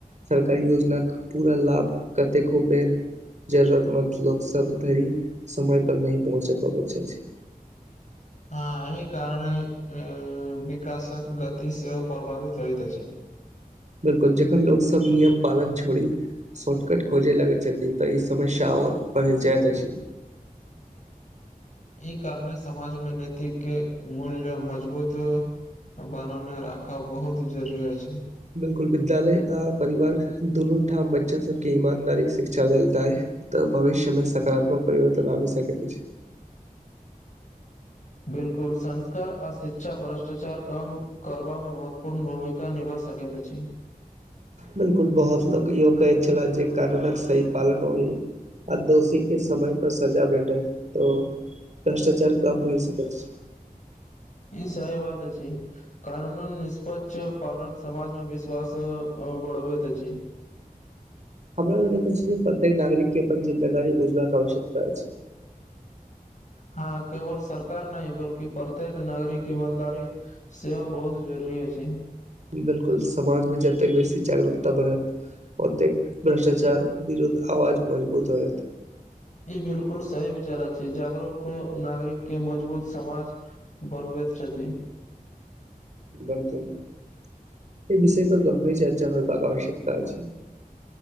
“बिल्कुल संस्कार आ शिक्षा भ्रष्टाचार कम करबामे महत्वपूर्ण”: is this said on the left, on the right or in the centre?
Left